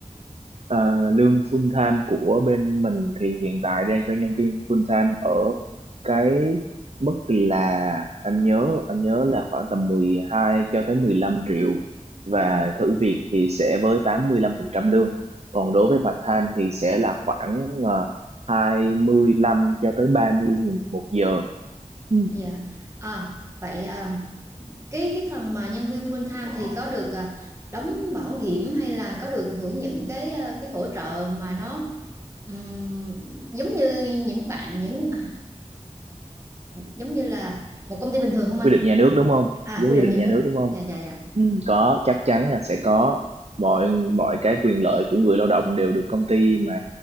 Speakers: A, on the right (about 55°); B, on the right (about 25°).
A: Ờ, lương full time của bên mình thì hiện tại đang cho nhân viên full time ở cái mức là anh nhớ anh nhớ là khoảng tầm 12 cho tới 15 triệu và
B: Dạ,
A: thử việc thì sẽ với 85% lương. Còn đối với part time thì sẽ là khoảng uh, 25 cho tới 30 nghìn một giờ. Ừ.
B: dạ. À, vậy ờ, cái cái phần mà nhân viên full time thì có được ờ, đóng bảo hiểm hay là có được hưởng những cái ờ, cái hỗ trợ mà nó ừm, giống như những bạn những à, giống như là một công ty bình thường không anh?
A: Quy định nhà nước đúng không?
B: À,
A: Đúng
B: quy
A: quy
B: định
A: định
B: nhà
A: nhà
B: nước.
A: nước đúng không?
B: Dạ dạ dạ.
A: Ừ, có chắc chắn là sẽ có mọi mọi cái quyền lợi của người lao động đều được công ty mà